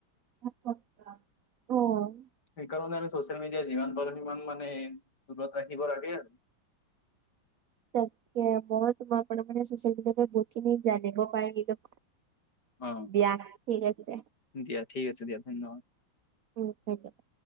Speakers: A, on the right; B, on the left.
A: <unintelligible> অ'।
B: সেইকাৰণে আমি ছ'চিয়েল মিডিয়া যিমান পাৰো সিমান মানে দূৰত ৰাখিব লাগে।
A: তাকে মই তোমাৰ <unintelligible> মানে ছ'চিয়েল মিডিয়া ওপৰত বহু খিনি জানিব পাৰিলো।
B: অ
A: দিয়া ঠিক আছে।
B: দিয়া ঠিক আছে দিয়া ধন্যবাদ।
A: <unintelligible>